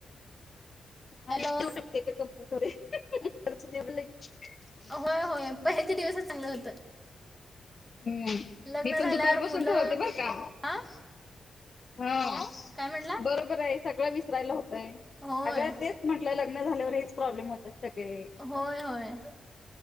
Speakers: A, on the left; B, in the centre.
A: हा
B: हॅलो
A: तेवट कंपनीमध्ये <unintelligible>
B: होय, होय. पहिलेच दिवसच चांगलं होतं.
A: हम्म.
B: लग्न
A: मी पण
B: झाल्यावर
A: दुपारपासून
B: मुलं
A: ठरवते, बर, का.
B: हा
A: हा,
B: काय म्हणला?
A: बरोबरय. सगळं विसरायला होतय.
B: होय.
A: अगं तेच म्हटलं. लग्न झाल्यावर हेच प्रॉब्लेम होत्यात. सगळे.
B: होय होय